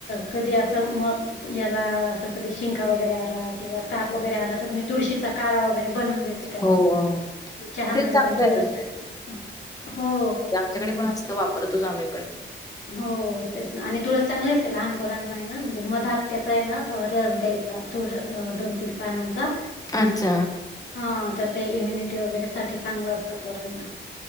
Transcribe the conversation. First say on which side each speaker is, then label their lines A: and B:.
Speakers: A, on the left; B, on the left.
A: कधी असं म याला असं कधी शिंका वगैरे आला किंवा ताप वगैरे आला तर, मी तुळशीचा काढा वगैरे बनवून देते त्याला,
B: हो. हो.
A: चहामध्ये
B: ते चांगलं
A: पण तूळस
B: आहे.
A: टाकते हो हो.
B: अमच्याकडे पण असंत वापरतोच आम्ही पण
A: हो. हो तेच ना आणि तुळस चांगली असते लहानपोरांना हाय ना म्हणजे मधात त्याचा आहे ना रस द्यायचा. थोड दोन तीन पानांचा
B: अच्छा.
A: हा तर ते इम्युनिटी वगैरे साठी चांगलं असतं पोरांना.